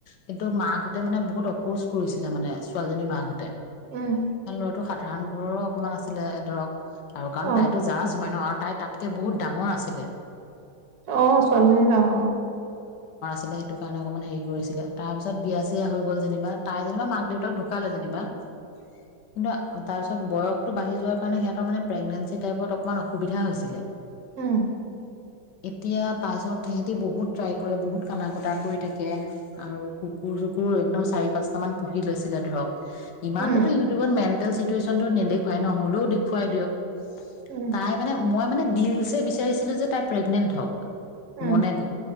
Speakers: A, on the left; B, on the right.
A: কিন্তু মাকহঁতে মানে বহুত প'ষ্ট কৰিছিলে মানে ছোৱালীজনীৰ মাকহঁতে
B: উম,
A: ল'ৰাটো সাধাৰণ ঘৰো অকণমান আছিলে ধৰক আৰু কাৰণ
B: অ',
A: তাইতো জাৰ্জ হয় ন আৰু তাই তাতকে বহুত ডাঙৰ আছিলে
B: আহ ছোৱালীজনী ডাঙ
A: ছিলে সেইটো কাৰণে অকণমান হেৰি কৰিছিলে তাৰপিছত বিয়া-চিয়া হৈ গ'ল যেনিবা তাই যেনিবা মাক দেউতাক ঢুকালে যেনিবা কিন্তু তাৰপিছত বয়সটো বাঢ়ি যোৱাৰ কাৰণে সিহঁতৰ মানে প্ৰেগনেঞ্চি টাইপত অকণমান অসুবিধা হৈছিলে
B: উম
A: এতিয়া তাৰ পিছত সিহঁতি বহুত ট্ৰাই কৰে বহুত কানা-কটা কৰি থাকে আৰু কুকুৰ চুকুৰ একদম চাৰি পাঁচটা মান পুহি লৈছিলে ধৰক ইমানটোতো
B: উম,
A: ইউটিউবত মেণ্টেল চিটুৱেচন তো নেদেখুৱাই নহ'লেও দেখুৱাই দিয়ক
B: উম,
A: তাই মানে মই মানে ডিলছে বিচাৰিছিলো যে তাই প্ৰেগনেণ্ট হওক
B: উম,
A: মনে দি